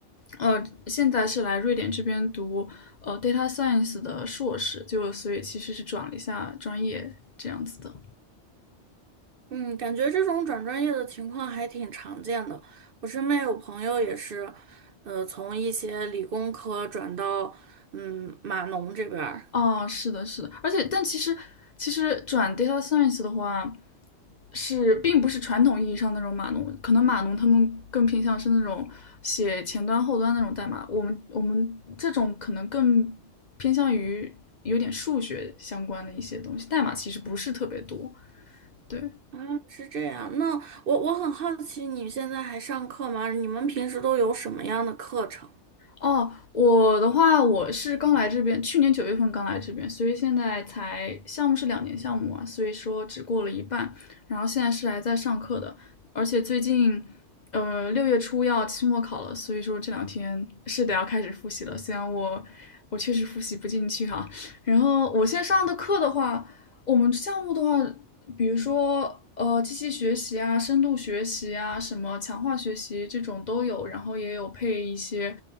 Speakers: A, on the left; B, on the right.
A: 呃，现在是来瑞典这边读呃 data science 的硕士，就所以其实是转了一下专业这样子的。
B: 嗯，感觉这种转专业的情况还挺常见的。我身边有朋友也是，呃，从一些理工科转到嗯码农这边儿。
A: 啊，是的，是的，而且但其实其实转 data science 的话，是并不是传统意义上那种码农，可能码农他们更偏向是那种写前端后端那种代码，我们我们这种可能更偏向于有点数学相关的一些东西，代码其实不是特别多。对，
B: 啊，是这样。那我我很好奇，你现在还上课吗？你们平时都有什么样的课程？
A: 哦，我的话，我是刚来这边，去年九月份刚来这边，所以现在才项目是两年项目啊，所以说只过了一半，然后现在是还在上课的，而且最近，呃，六月初要期末考了，所以说这两天是得要开始复习了，虽然我我确实复习不进去哈，然后我现在上的课的话，我们项目的话，比如说呃机器学习啊、深度学习啊、什么强化学习这种都有，然后也有配一些